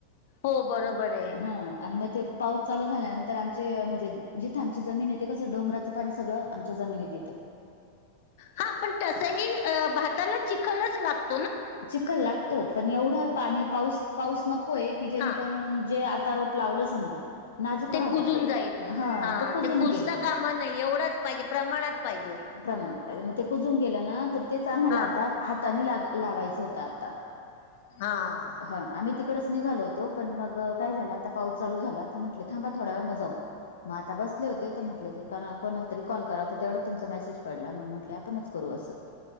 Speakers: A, on the left; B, on the left.
A: हो, बरोबर आहे.
B: हं. आणि म ते पाऊस चालू झाल्यानंतर आमचे म्हणजे जिथ आमची जमीन आहे ते कसं डोंगराचं पाणी सगळं आम च्या जमिनीत येतं.
A: हा, पण तसही अ भाताला चिखलच लागत
B: चिखल लागतो पण एवढही पाणी पाऊस पाऊस नकोय, की जेणेकरून
A: हा
B: जे आत ता रोप लावल समजा नाजूक
A: ते
B: राहत
A: कुजून जाईल.
B: हा
A: हां.
B: कुजून
A: ते कुजता
B: गेलं
A: काम नाही एवढाच पाहिजे. प्रमाणात पाहिजे.
B: प्रमाणात पाहिजे. म ते कुजून गेलं ना त तेच आम्हाला
A: हा
B: आता हाताने लाग लावायचं होतं आता.
A: हा.
B: ह, आम्ही तिकडच निघालो होतो. पण मग काय झालं? आता पाऊस चालू झाला. तर म्हटले थांबा थोड्या वेळ म जाऊ. मग आता बसले होते. त म्हटले जे कोणा तरी कॉल करावा. त तेवढ्यात तुमचा मेसेज पडला. मग म्हटल आपणच करू असं.